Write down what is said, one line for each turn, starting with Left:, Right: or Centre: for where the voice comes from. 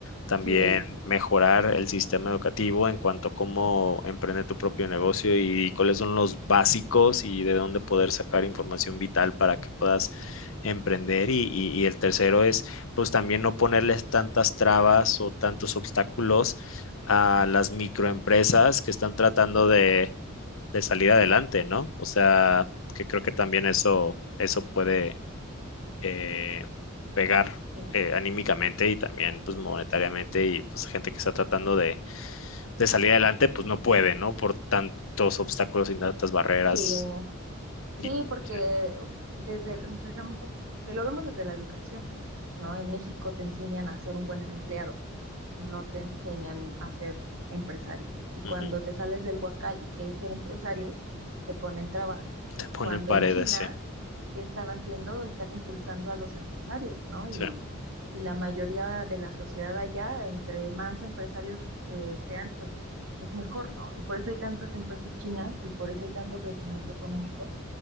Left: también
Right: Sí,
Left: mejorar el sistema educativo en cuanto a cómo emprender tu propio negocio y, cuáles son los básicos y de dónde poder sacar información vital para que puedas emprender. Y, y- y el tercero es, pues también no ponerles tantas trabas o tantos obstáculos a las microempresas que están tratando de, de salir adelante, ¿no? O sea, que creo que también eso, eso puede eh, pegar
Right: sí,
Left: eh, anímicamente y también pues monetariamente y pues gente que está tratando de, de salir adelante pues no puede, ¿no? Por tantos obstáculos y tantas barreras
Right: sí,
Left: y
Right: sí, porque
Left: sí,
Right: desde el- empezamos, lo vemos desde la educación, ¿no? En México te enseñan a ser un buen empleado. no te enseñan a ser empresario. Y
Left: ujú,
Right: cuando te sales del huacal y quieres ser empresario, te ponen trabas.
Left: te ponen
Right: Cuando
Left: paredes,
Right: en China,
Left: sí,
Right: ¿qué están haciendo? Están impulsando a los empresarios, ¿no? Y,
Left: sí,
Right: y la mayoría de la sociedad allá, entre más empresarios eh, sean, pues es mejor, ¿no? Y por eso hay tantas empresas chinas y por eso hay tanto crecimiento económico